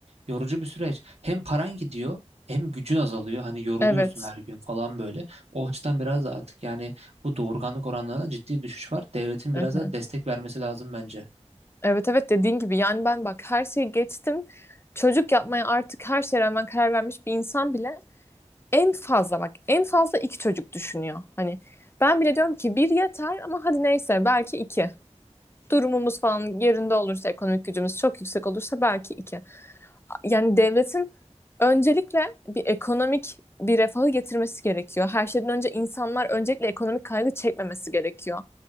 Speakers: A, on the right (about 60°); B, on the left (about 20°).
A: yorucu bir süreç. Hem paran gidiyor, hem gücün azalıyor. Hani yoruluyorsun
B: Evet.
A: her gün falan böyle. O açıdan biraz da artık yani bu doğurganlık oranlarına ciddi düşüş var. Devletin
B: Hı
A: biraz
B: hı.
A: da destek vermesi lazım bence.
B: Evet evet dediğin gibi yani ben bak her şeyi geçtim. Çocuk yapmaya artık her şeye rağmen karar vermiş bir insan bile en fazla bak en fazla iki çocuk düşünüyor. Hani ben bile diyorum ki bir yeter ama hadi neyse belki iki. durumumuz falan yerinde olursa ekonomik gücümüz çok yüksek olursa belki iki. Yani devletin öncelikle bir ekonomik bir refahı getirmesi gerekiyor. Her şeyden önce insanlar öncelikle ekonomik kaygı çekmemesi gerekiyor.